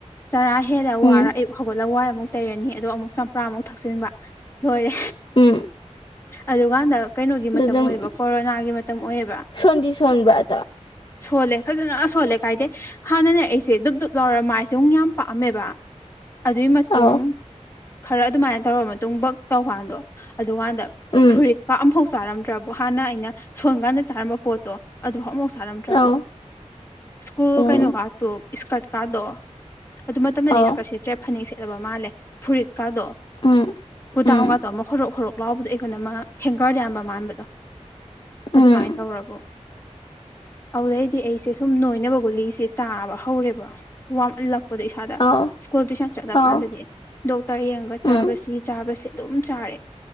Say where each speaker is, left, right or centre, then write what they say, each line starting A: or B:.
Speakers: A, on the left; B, on the left.
A: ꯆꯥꯔꯥ ꯍꯦꯜꯂ
B: ꯎꯝ
A: ꯋꯥꯔ ꯑꯛ ꯍꯧꯒꯠꯂ ꯋꯥꯏ ꯑꯃꯨꯛ ꯇꯩꯔꯅꯤ ꯑꯗꯣ ꯑꯃꯨꯛ ꯆꯝꯄ꯭ꯔꯥꯃꯨꯛ ꯊꯛꯆꯤꯟꯕ ꯂꯣꯏꯔꯦ
B: ꯎꯝ
A: ꯑꯗꯨꯀꯥꯟꯗ ꯀꯩꯅꯣꯒꯤ
B: ꯑꯗꯨ
A: ꯃꯇꯝ
B: ꯑꯗꯨꯝ
A: ꯑꯣꯏꯑꯕ ꯀꯣꯔꯣꯅꯥꯒꯤ ꯃꯇꯝ ꯑꯣꯏꯑꯕ
B: ꯁꯣꯟꯗꯤ ꯁꯣꯟꯕ꯭ꯔꯥ ꯑꯗꯣ
A: ꯁꯣꯜꯂꯦ ꯐꯖꯅ ꯁꯣꯜꯂꯦ ꯀꯥꯏꯗꯦ ꯍꯥꯟꯅꯅ ꯑꯩꯁꯦ ꯗꯨꯞ ꯗꯨꯞ ꯂꯥꯎꯔ ꯃꯥꯥꯏꯁꯦ ꯑꯃꯨꯛ ꯌꯥꯝ ꯄꯥꯛꯑꯝꯃꯦꯕ ꯑꯗꯨꯒꯤ ꯃꯇꯨꯡ
B: ꯑꯥꯎ
A: ꯈꯔ ꯑꯗꯨꯃꯥꯏꯅ ꯇꯧꯔꯕ ꯃꯇꯨꯡ ꯇꯧꯀꯥꯟꯗꯣ ꯑꯗꯨꯀꯥꯟꯗ
B: ꯎꯝ
A: ꯐꯨꯔꯤꯠꯀꯥ ꯑꯃꯐꯥꯎ ꯆꯥꯔꯝꯗ꯭ꯔꯕ ꯍꯥꯟꯅ ꯑꯩꯅ ꯁꯣꯟ ꯀꯥꯟꯗ ꯆꯥꯔꯝꯕ ꯄꯣꯠ ꯇꯣ ꯑꯗꯨꯐꯥꯎ ꯑꯃꯐꯧꯛ ꯆꯥꯔꯝꯗ꯭ꯔꯕꯣ
B: ꯑꯥꯎ
A: ꯁ꯭ꯀꯨꯜ
B: ꯎꯝ
A: ꯀꯩꯅꯣꯀꯥꯗꯣ ꯏꯁꯀꯔꯠꯀꯥꯗꯣ ꯑꯗꯨ ꯃꯇꯝꯗꯗꯤ
B: ꯑꯥꯎ
A: ꯏꯁꯀꯔꯠꯁꯦ ꯇ꯭ꯔꯦꯞ ꯐꯅꯦꯛ ꯁꯦꯠꯂꯕ ꯃꯥꯜꯂꯦ ꯐꯨꯔꯤꯠꯀꯥꯗꯣ
B: ꯎꯝ
A: ꯨꯗꯥꯡꯝꯒꯥꯗꯣ
B: ꯎꯝ
A: ꯑꯃꯨꯛ ꯍꯣꯔꯣꯛ ꯍꯣꯔꯣꯛ ꯂꯥꯎꯕꯗ ꯑꯩ ꯀꯩꯅꯣꯃ ꯍꯦꯡꯒꯔ ꯌꯥꯝꯕ ꯃꯥꯟꯕꯗꯣ
B: ꯎꯝ
A: ꯑꯗꯨꯃꯥꯏꯅ ꯇꯧꯔꯕ ꯑꯗꯨꯗꯩꯗꯤ ꯑꯩꯁꯦ ꯁꯨꯝ ꯅꯣꯏꯅꯕ ꯒꯨꯂꯤꯁꯦ ꯆꯥꯕ ꯍꯧꯔꯦꯕꯂ ꯑꯩꯈꯣ ꯏꯁꯥꯗ
B: ꯑꯥꯎ
A: ꯁ꯭ꯀꯨꯜ ꯇꯨꯏꯁꯟ ꯆꯠꯂ
B: ꯑꯥꯎ
A: ꯀꯥꯟꯗꯗꯤ ꯗꯣꯛꯇꯔ ꯌꯦꯡꯉꯒ ꯆꯥꯕꯁꯤ
B: ꯎꯝ
A: ꯆꯥꯕꯁꯤ ꯑꯗꯨꯝ ꯆꯥꯔꯦ